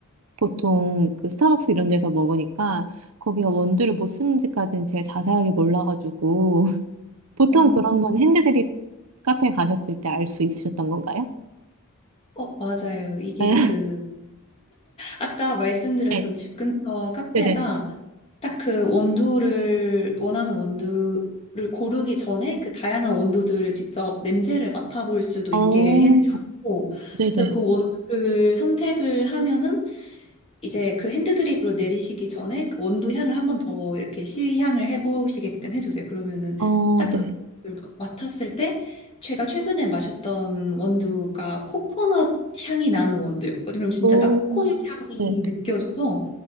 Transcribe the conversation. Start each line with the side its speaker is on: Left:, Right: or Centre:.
Right: 보통 그 스타벅스 이런 데서 먹으니까 거기가 원두를 뭐 쓰는지까지는 제가 자세하게 몰라가지고 <laughs> 보통
Left: 어,
Right: 그런 건 핸드드립 카페 가셨을 때 알 수 있으셨던 건가요?
Left: 어, 맞아요. 이게
Right: 네,
Left: 그, 아까 말씀드렸던
Right: 네,
Left: 집 근처 카페가
Right: 네네.
Left: 딱 그 원두를, 원하는 원두를 고르기 전에 그 다양한 원두들을 직접 냄새를 맡아볼 수도
Right: 어,
Left: 있게 해놓고,
Right: 네네.
Left: 그 원두를 선택을 하면은 이제 그 핸드 드립으로 내리시기 전에 그 원두 향을 한번 더 이렇게 시향을 해보시게끔 해주세요. 그러면은
Right: 어,
Left: 딱 그
Right: 네.
Left: 맡았을 때 제가 최근에 마셨던 원두가 코코넛 향이 나는 원두였거든요. 그럼 진짜
Right: 오,
Left: 딱 코코넛 향이
Right: 네.
Left: 느껴져서